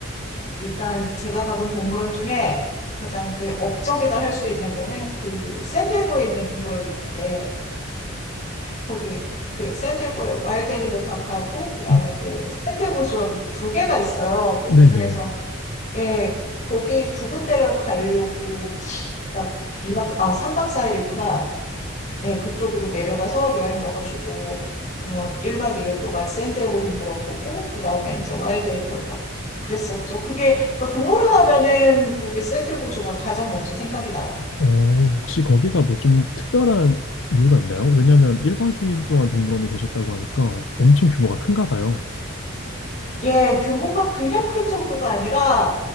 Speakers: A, on the left; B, on the left.
A: 일단 제가 가본 동물원 중에 가장 내 업적이다 할 수 있는 거는 그 샌디에고에 있는 동물원이 있는데 거기 그 샌디에고에 와일드 애니멀 파크하고 그다음에
B: 어,
A: 그 샌디에고주하고 두 개가 있어요. 근데
B: 네네.
A: 그중에서 예, 거기 두 군데를 가려고 딱 이박 아, 3박 4일이구나. 예, 그쪽으로 내려가서 여행 가가지고, 어, 1박 2일 동안 샌디에고 동물원 보고, 그 다음에 이제 와일드 애니멀 파크 보고 그랬었죠. 그게, 그 동물원 하면은 거기 샌디에고주가 가장 먼저 생각이 나요.
B: 어, 혹시 거기가 뭐 좀 특별한 이유가 있나요? 왜냐면 1박 2일 동안 동물원에 계셨다고 하니까 엄청 규모가 큰가 봐요.
A: 예, 규모가 그냥 큰 정도가 아니라